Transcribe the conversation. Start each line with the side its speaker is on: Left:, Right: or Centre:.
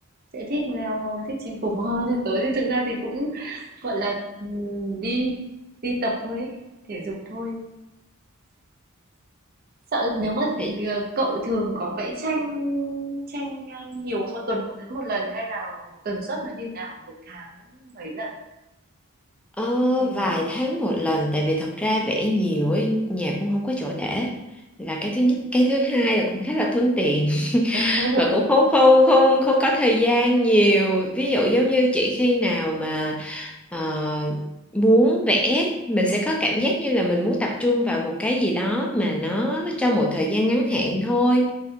Right: sẽ thích leo hơn thích chinh phục hơn Thế tới thì thực ra thì cũng gọi là ừ, đi đi tập thôi ấy, thể dục thôi Sợ nếu mà,
Centre: thì
Right: ờ, cậu thường có vẽ tranh tranh, ờ, nhiều không? Một tuần cũng vẽ một lần hay là tần suất nó như thế nào? Một tháng mấy lần
Centre: ờ,
Right: hay là
Centre: vài tháng một lần tại vì thật ra vẽ nhiều ấy nhà cũng không có chỗ để là cái thứ nhất cái thứ hai là cũng khá là thuận tiện
Right: <laughs>
Centre: và cũng không không không không có thời gian nhiều ví dụ giống như chị khi nào mà ờ, muốn vẽ mình sẽ có cảm giác như là mình muốn tập trung vào một cái gì đó mà nó trong một thời gian ngắn hạn thôi